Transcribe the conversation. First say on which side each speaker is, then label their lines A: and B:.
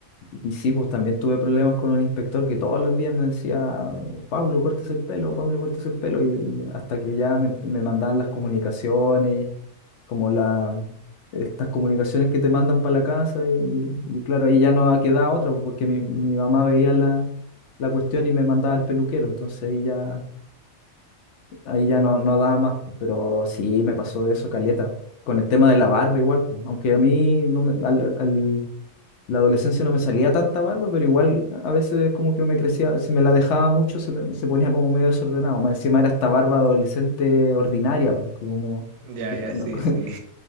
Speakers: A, on the left; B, on the right.
A: y sí, pues también tuve problemas con un inspector que todos los días me decía, Pablo, cortes el pelo, Pablo, cortes el pelo. Y, y hasta que ya me, me mandaban las comunicaciones, como la, estas comunicaciones que te mandan para la casa. Y, y claro, ahí ya no quedaba otra, pues, porque mi, mi mamá veía la, la cuestión y me mandaba al peluquero. Entonces ahí ya ahí ya no, no daba más, pues, pero sí me pasó eso, caleta. Con el tema de la barba igual, pues, aunque a mí no me- al, al- la adolescencia no me salía tanta barba, pero igual a veces como que me crecía, si me la dejaba mucho se, me- se ponía como medio desordenado. Más encima era esta barba adolescente ordinaria, pues, que como...
B: Ya,
A: que
B: ya,
A: no-
B: sí,
A: <laughs>
B: sí.